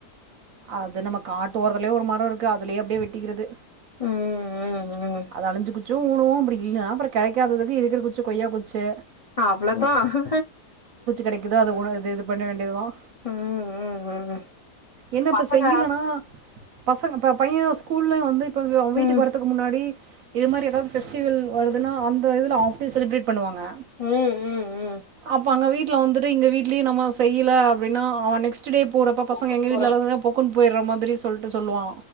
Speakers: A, on the right (about 65°); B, on the left (about 60°).
A: அது நம்ம காட்டு ஓரதுலே ஒரு மரோ இருக்கு அதுலயே அப்டியே வெட்டிக்கிறது
B: ம் ம் ம்
A: அது அழிஞ்சு குச்சு ஊணூ அப்டி இல்லன்னா அப்ற கெடைக்காததுக்கு இருக்குறு குச்சு கொய்யா குச்சு
B: ஹா அவ்ளதா ஹு
A: கிடைக்குதோ அத ஊன இது இது பண்ண வேண்டியதுதா
B: ம் ம்
A: என்ன
B: பசங்க
A: ப செய்யிலனா பசங்க ப பைய ஸ்கூல்யு வந்து இப்ப வ்யு அவ் வீட்டுக்
B: ம்
A: வரத்து முன்னாடி இது மாரி ஏதாவ் ஃபெஸ்டிவெல் வருதுன்னா அந்த இதுல ஆஃப்டே செலப்ரேட் பண்ணுவாங்க
B: ம் ம் ம்
A: அப்ப அங்க வீட் ட்லா வந்துட்டு இங்க வீட்லியி நம்ம செய்யில அப்டின்னா அவா நெக்ஸ்ட்டு டே போறப்பப்
B: ஸ்கூலுக்கு
A: பசங்க எங்க
B: போறான்
A: வீட்ல <unintelligible> பொக்குன் போய்ட்ற மாதிரி சொல்ட்டு சொல்லுவா